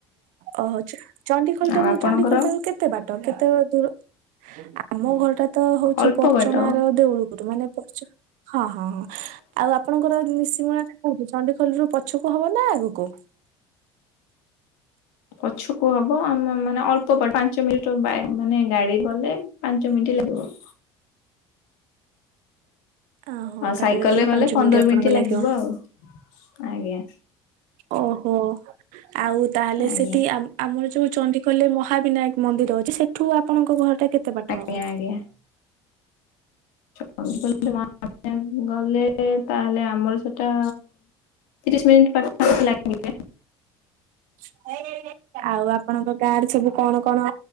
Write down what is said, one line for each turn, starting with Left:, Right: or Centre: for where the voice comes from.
Right: ଓହୋ ଚଣ୍ଡିଖୋଲ
Left: ଆଉ
Right: ଠାରୁ
Left: ଆପଣଙ୍କର
Right: ଚଣ୍ଡିଖୋଲ ଠାରୁ କେ କେତେ ବାଟ କେତେ ବେଳେ ଦୂର <inaudible> ଆ ଆମ ଘରଟା ତ ହଉଚି
Left: ଅଳ୍ପ
Right: ପର୍ଚଣାର
Left: ବାଟ
Right: ଦେଉଳୁ ମାନେ ପର୍ଚଣା <inaudible> ହଁ, ହଁ, ହଁ, ଆଉ ଆପଣଙ୍କର ମିଶିମଳା ଟା କୋଉଠି? ଚଣ୍ଡିଖଲରୁ ପଛକୁ ହବ ନା ଆଗକୁ।
Left: ପଛକୁ ହବ ଆମ ମାନେ ଅ- ପାଞ୍ଚ ମିନିଟ, ବା ମାନେ ଗାଡି ଗଲେ ପାଞ୍ଚ ମିନିଟ ଲାଗିବ।
Right: ଓହୋ,
Left: ଆଉ ସାଇକେଲରେ
Right: ଗାଡିରେ ଗଲେ ପାଞ୍ଚ
Left: ପନ୍ଦର
Right: ମିନିଟ ଆପଣଙ୍କ ଲାଗିବ।
Left: ଆଉ ଆଜ୍ଞା
Right: ଓହୋ, ଆଉ ତାହେଲେ
Left: ଆଜ୍ଞା
Right: ସେଟି ଆମର ଯୋଉ ଚଣ୍ଡିଖୋଲ ମହାବିନାୟକ। ମନ୍ଦିର ଅଚି, ସେଠୁ ଆପଣଙ୍କ ଘରଟା କେତେ ବାଟ
Left: ଆଜ୍ଞା
Right: ହବ।
Left: ଆଜ୍ଞା। <unintelligible> ଗଲେ- ତାହେଲେ- ଆମର ସେଟା ତିରିଶ ମିିନିଟ ପାଖା ପାଖୀ ଲାଗି ଜାଏ।
Right: <unintelligible> ଆଉ ଆପଣଙ୍କ ଗାଁରେ ସବୁ କଣ, କଣ